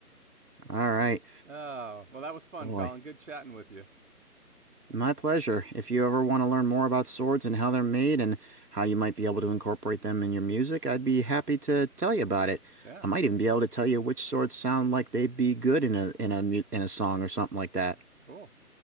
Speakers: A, on the right; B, on the right.
A: All right,
B: Oh, well, that was fun,
A: boy.
B: Colin. Good chatting with you.
A: My pleasure. If you ever want to learn more about swords and how they're made and how you might be able to incorporate them in your music, I'd be happy to tell you about it.
B: Yeah.
A: I might even be able to tell you which swords sound like they'd be good in a in a mu- in a song or something like that.
B: Cool.